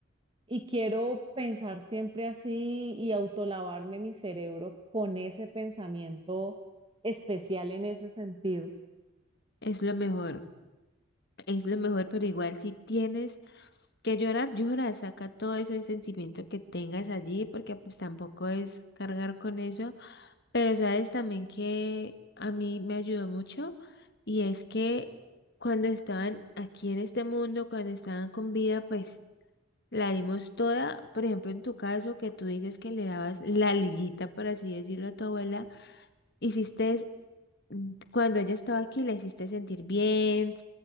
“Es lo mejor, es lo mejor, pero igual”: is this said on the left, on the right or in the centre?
Left